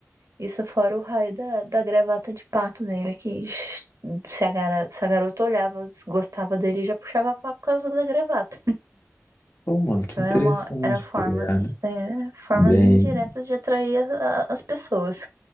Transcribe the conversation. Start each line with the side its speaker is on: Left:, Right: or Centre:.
Right: Isso fora o raio da, da gravata de pato dele, que se a, gara- se a garota olhava, gostava dele, já puxava papo por causa da gravata.
Left: Pô, mano, que
Right: Então
Left: interessante,
Right: era uma, era formas,
Left: tá ligado?
Right: é, formas
Left: Bem,
Right: indiretas de atrair a- a- as pessoas.